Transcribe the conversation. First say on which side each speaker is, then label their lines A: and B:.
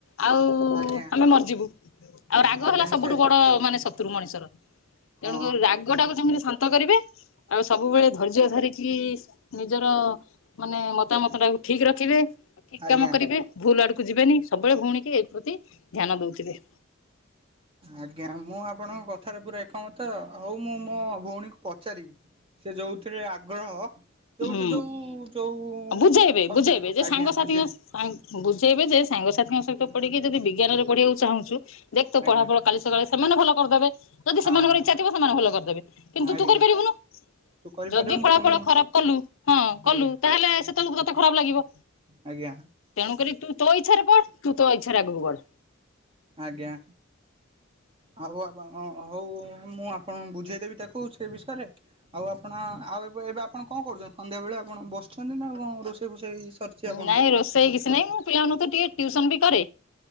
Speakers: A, on the left (about 65°); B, on the right (about 25°).
A: ଆଉ
B: ଆଜ୍ଞା
A: ଆମେ ମରିଯିବୁ ଆଉ ରାଗ
B: ଆଜ୍ଞା
A: ହେଲା ସବୁଠୁ
B: ସେ
A: ବଡ ମାନେ ଶତ୍ରୁ ମଣିଷର। ତେଣୁକରି
B: ହଁ
A: ରାଗଟାକୁ ଯେମିତି ସ ତ କରିବେ ଆଉ ସବୁବେଳେ ଧୈର୍ଯ୍ୟ ଧରିକି ନିଜର। ମାନେ ମତାମତ ଟାକୁ ଠିକ ରଖିବେ। ଠିକ
B: ଆଜ୍ଞା
A: କାମ କରିବେ ଭୁଲ ଆଡକୁ ଯିବେନି ସବୁବେଳେ ଭଉଣୀ କି ଏଇ ପ୍ରତି ଧ୍ୟାନ ଦଉଥିବେ।
B: ଆଜ୍ଞା ମୁଁ ଆପଣଙ୍କ କଥାରେ ପୁରା ଏକମତ ହୋଉ ମୁଁ ମୋ ଭଉଣୀକୁ ପଚାରିବି। ସେ ଯୋଉଥିରେ ଆଗ୍ରହ। ଯୋଉଟେ
A: ହୁଁ।
B: ଯୋଉ ଯୋଉ
A: ବୁଝେଇବେ
B: ସବଜେଟେ
A: ବୁଝେଇବେ ଯେ ସାଙ୍ଗସାଥିଙ୍କ
B: ଆଜ୍ଞା ବୁଝେ
A: ବୁଝେଇବେ ଯେ ସାଙ୍ଗସାଥିଙ୍କ ସହିତ ପଡିକି ଯଦି ବିଜ୍ଞାନରେ ପଢେଇିବାକୁ ଚାହୁଁଛୁ ଦେଖ ତ
B: ଆଜ୍ଞା
A: ପଳା ଫଳ କାଲି ସକାଳେ। ସେମାନେ ଭଲ କରିଦେବେ ଯଦି
B: ହଁ
A: ସେମାନଙ୍କର ଇଛା ଥିବ ସେମାନେ ଭଲ କରିଦେବେ କିନ୍ତୁ
B: ଆଜ୍ଞା
A: ତୁ କରିପାରିବୁନୁ।
B: ତୁ କରିପାରିବୁନି
A: ଯଦି ଫଳା
B: ପୁଣି
A: ଫଳ ଖରାପ କଲୁ ହଁ କଲୁ
B: ଆଜ୍ଞା
A: ତାହେଲେ ସେ ତେବେଳକୁ ତତେ ଖରାପ ଲାଗିବ
B: ଆଜ୍ଞା
A: ତଣୁ କରି ତୁ ତୋ ଇଛାରେ ପଢ ତୁ ତୋ ଇଚ୍ଛାରେ ଆଗକୁ ବଢ।
B: ଆଜ୍ଞା ଆଉ ଆ ହଉ ମୁଁ ଆପଣଙ୍କୁ ବୁଝେଇଦେବି ତାକୁ ସେ ବିଷୟରେ। ଆଉ ଆପଣ ଆଉ ଏବେ, ଏବେ ଆପଣ କଣ କରୁଛନ୍ତି? ସନ୍ଧ୍ୟା ବେଳେ ଆପଣ ବସିଛନ୍ତି ନା କଣ ରୋଷେଇ ଫୋଷେଇ। ସରିଛି ଆପଣଙ୍କର?
A: ନାଇଁ ରୋଷେଇ କିଛି ନାଇଁ ମୁଁ ପିଲାମାନଙ୍କୁ ତ ଟିକେ ଟିୁଉସନ ବି କରେ।